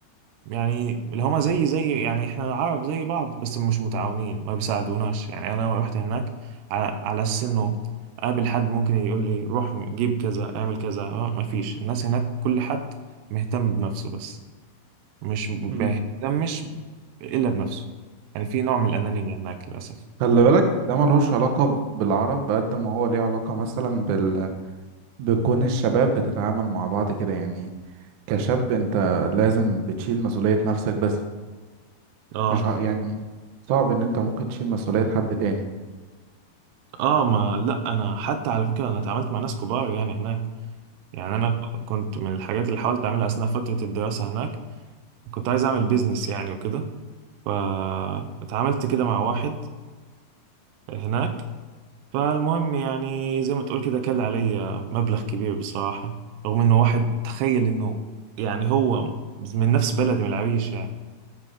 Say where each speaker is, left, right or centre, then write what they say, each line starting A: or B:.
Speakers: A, on the right; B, on the right.
A: يعني اللي هما زي زي يعني احنا العرب زي بعض بس مش متعاونين ما بيساعدوناش يعني انا رحت هناك على, على اساس انه اقابل حد ممكن يقول لي روح جيب كذا اعمل كذا آه، ما فيش الناس هناك كل حد مهتم بنفسه بس مش بيهتمش
B: مم.
A: الا بنفسه يعني في نوع من الانانية هناك للاسف
B: خلي بالك ده ملهوش علاقة بالعرب قد ما هو ليه علاقة مثلا بال... بكون الشباب بتتعامل مع بعض كده يعني كشاب انت لازم بتشيل مسؤولية نفسك بس
A: اه
B: مش ع- يعني صعب ان انت ممكن تشيل مسؤولية حد تاني
A: اه ما لا انا حتى على فكرة انا اتعاملت مع ناس كبار يعني هناك يعني انا كنت من الحاجات اللي حاولت اعملها اثناء فترة الدراسة هناك كنت عايز اعمل بيزنس يعني وكده فاتعاملت كده مع واحد هناك فالمهم يعني زي ما تقول كده كل عليا مبلغ كبير بصراحة رغم انه واحد تخيل انه يعني هو من نفس بلدي من العريش يعني